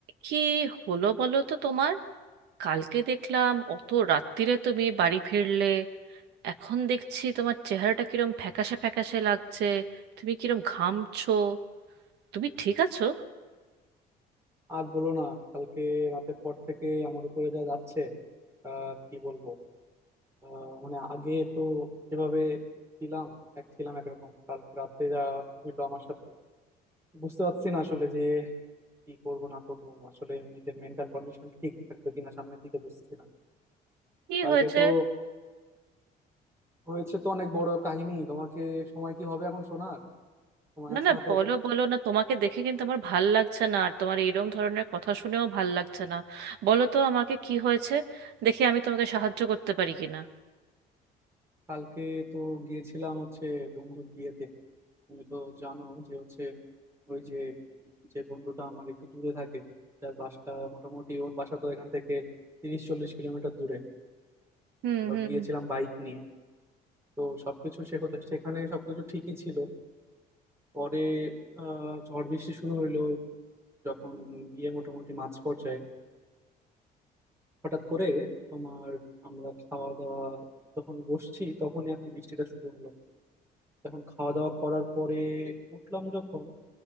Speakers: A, on the right; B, on the right.
A: কি হলো বলো তো তোমার কালকে দেখলাম অত রাত্তিরে তুমি বাড়ি ফিরলে এখন দেখছি তোমার চেহারাটা কিরম ফ্যাকাশে ফ্যাকাশে লাগছে তুমি কিরম ঘামছো তুমি ঠিক আছো
B: আর বলো না কালকে রাতের পর থেকে আমার উপরে যা যাচ্ছে আহ কি বলবো আহ মানে আগে তো যেভাবে ছিলাম এক ছিলাম একরকম কালকে রাতে যা হইলো আমার সাথে বুঝতে পারছি না আসলে যে কি করব না করব আসলে নিজের মেন্টাল কন্ডিশন ঠিক থাকবে কিনা সামনের দিকে বুঝতেছি না
A: কি
B: কালকে
A: হয়েছে
B: তো হয়েছে তো অনেক বড় কাহিনী তোমাকে সময় কি হবে এখন শোনার সময়
A: না
B: আছে
A: না
B: হাতে
A: বলো বলো না তোমাকে দেখে কিন্তু আমার ভাল লাগছে না আর তোমার এরম ধরনের কথা শুনেও ভাল লাগছে না বলো তো আমাকে কি হয়েছে দেখি আমি তোমাকে সাহায্য করতে পারি কিনা
B: কালকে তো গিয়েছিলাম হচ্ছে বন্ধুর বিয়েতে তুমি তো জানো যে হচ্ছে ওই যে উম যে বন্ধুটা আমার একটু দূরে থাকে তার বাসা মোটামুটি ওর বাসা তো এখান থেকে তিরিশ চল্লিশ কিলোমিটার দূরে
A: হুম
B: এবার
A: হুম
B: গিয়েছিলাম বাইক নিয়ে তো সবকিছু সেখানে সেখানে সবকিছু ঠিকই ছিল পরে আহ ঝড় বৃষ্টি শুরু হইলো যখন বিয়ে মোটামুটি মাঝ পর্যায়ে হঠাৎ করে তোমার আমরা খাওয়া দাওয়া যখন বসছি তখনই আর কি বৃষ্টিটা শুরু হলো যখন খাওয়া দাওয়া করার পরে উঠলাম যখন